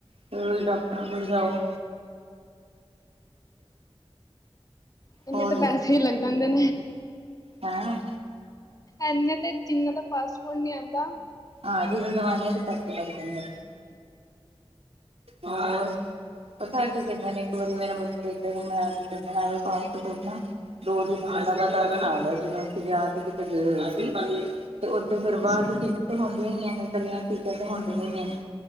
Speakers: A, on the right; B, on the left.
A: ਫੇਰ ਡਾਕਟਰਾਂ ਕੋਲ ਜਾਓ।
B: ਇੰਨੇ
A: ਹੋਰ
B: ਤਾਂ ਵੈਸੇ ਹੀ ਲੱਗ ਨੇ।
A: ਹੈ।
B: ਇੰਨੇ ਤੇ ਜਿੰਨਾ ਦਾ ਫਸ, ਹੁਣ ਨੀ ਆਉਂਦਾ।
A: ਆਹ ਜਿਹੜੇ ਦਵਾਈਆਂ ਦੇ ਪੈਕਟ <unintelligible> ਹੋਰ, ਪਤਾ ਕਿ ਕਹਿੰਦੇ ਨੇ ਇੱਕ ਵਾਰੀ ਮੇਰਾ ਬੇਟੇ ਨੂੰ ਮੈਂ ਬੇਟੇ ਨੂੰ ਫੜਾ ਆਈ ਸੀ ਰਿਪੋਰਟਾਂ, ਦੋ ਦਿਨ ਹਾਏ ਲਗਾਤਾ ਖਾ ਲਿਆ ਸੀ ਮੈਂ ਉੱਥੇ ਜੇ ਕਿਤੇ ਗਏ ਹੋਏ ਸੀ। ਤੇ ਉੱਥੇ ਫੇਰ
B: ਅੱਛਾ
A: ਬਾਅਦ 'ਚ। ਤੇ ਹੁੰਦੀਆਂ ਹੀ ਐਵੇਂ ਇਕੱਲੀਆਂ ਚੀਜ਼ਾਂ ਤੇ ਹੁੰਦੀਆਂ ਹੀ ਨੇ ਹੈ।